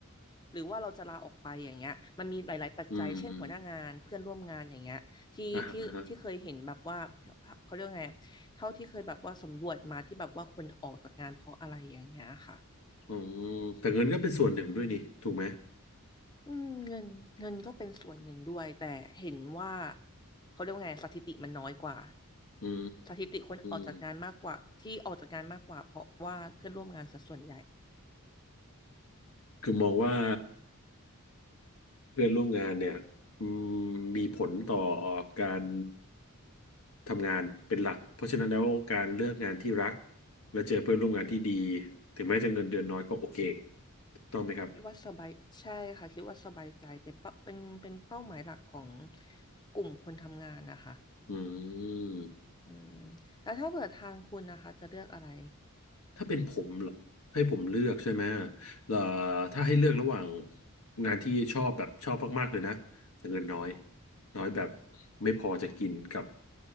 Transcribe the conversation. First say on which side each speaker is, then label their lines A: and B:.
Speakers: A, on the left; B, on the left.
A: หรือว่าเราจะลาออกไปอย่างเงี้ยมันมีหลายๆปัจจัยเช่นหัวหน้างานเพื่อนร่วมงานอย่างเงี้ยที่ที่ที่เคยเห็นแบบว่า
B: อืมอมอ่าฮะ
A: เขาเรียกว่าไง เท่าที่เคยแบบว่าสำรวจมาที่แบบว่าคนออกจากงานเพราะอะไรอย่างเงี้ยค่ะ
B: อืมแต่เงินก็เป็นส่วนหนึ่งด้วยนี่ถูกไหม
A: อืมอืมเงินเงินก็เป็นส่วนหนึ่งด้วยแต่เห็นว่าเขาเรียกว่าไงสถิติมันน้อยกว่า
B: อื
A: สถิติคนออกจากงานมากกว่าที่ออกจากงานมากกว่าเพราะว่าเพื่อนร่วมงานสะส่วนใหญ่
B: มคือมองว่าเพื่อนร่วมงานเนี่ยอืมมีผลต่อการทำงานเป็นหลักเพราะฉะนั้นแล้วการเลือกงานที่รักและเจอเพื่อนร่วมงานที่ดีถึงแม้จะเงินเดือนน้อยก็โอเคถูกต้องไหมครับ
A: คิดว่าสบายใช่ค่ะคิดว่าสบายใจเป็นเป้าเป็นเป็นเป้าหมายหลักของกลุ่มคนทำงานนะคะ
B: อืม
A: อืมแล้วถ้าเกิดทางคุณนะคะจะเลือกอะไร
B: ถ้าเป็นผมเหรอให้ผมเลือกใช่ไหมเอ่อถ้าให้เลือกระหว่างงานที่ชอบแบบชอบมากๆเลยนะแต่เงินน้อยน้อยแบบไม่พอจะกินกับ